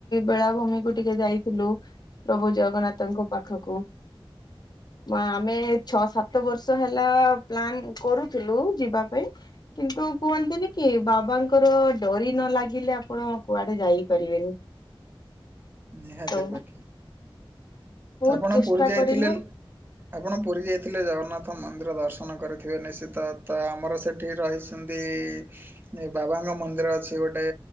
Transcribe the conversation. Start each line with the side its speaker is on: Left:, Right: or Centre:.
Left: ବେଳାଭୂମି କୁ ଟିକେ ଯାଇଥିଲୁ ପ୍ରଭୁ ଜଗନ୍ନାଥ ତାଙ୍କ ପାଖକୁ ଆମେ ଛଅ ସାତ ବର୍ଷ ହେଲା ପ୍ଲାନ କରୁଥିଲୁ ଯିବା ପାଇଁ କିନ୍ତୁ କୁହନ୍ତିନି କି ବାବାଙ୍କର ଡରି ନ ଲାଗିଲେ ଆପଣ କୁଆଡେ ଯାଇପାରିବେନି
Right: ନିହାତି
Left: ତ
Right: ପାକ୍ଷେ
Left: ବହୁତ
Right: ଆପଣ
Left: ଚେଷ୍ଟା
Right: ପୁରୀ ଯାଇଥିଲେ
Left: କରିଲୁ
Right: ଆପଣ ପୁରୀ ଯାଇଥିଲେ ଜଗନ୍ନାଥ ମନ୍ଦିର ଦର୍ଶନ କରିଥିବେ ନିଶ୍ଚିତ ତ ଆମର ସେଇଠି ରହିଛି ସେମତି ବାବାଙ୍କ ମନ୍ଦିର ଅଛି ଗୋଟେ